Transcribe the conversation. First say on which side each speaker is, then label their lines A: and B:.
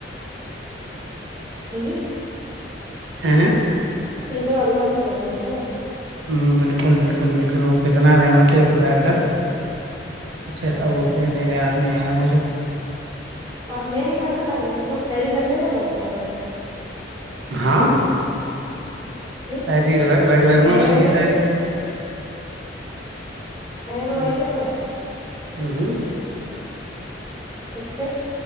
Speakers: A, on the right (about 20°); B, on the right (about 80°).
A: جی
B: ہوں
A: یہ تو اللہ بریانی ال
B: ہ بالکل بالکل بالکل کتنا رحمت ہے خدا کر کچھ ایسا
A: ہوں
B: بولتے ہیںیا نہیں ارا میرے کو
A: آپ میرے کو ایسا لگ رہا ہے آپ کچھ سیری کرنے کا پسوں کو
B: ہاں
A: کیوں
B: ساری رگ
A: وہ
B: رگ
A: شاعر
B: میں بسی
A: وغیرہ
B: ہے
A: ہو
B: ساری
A: گیا شاعر
B: ہ
A: وغیرہ ہوا
B: ہ ہوں
A: اچھا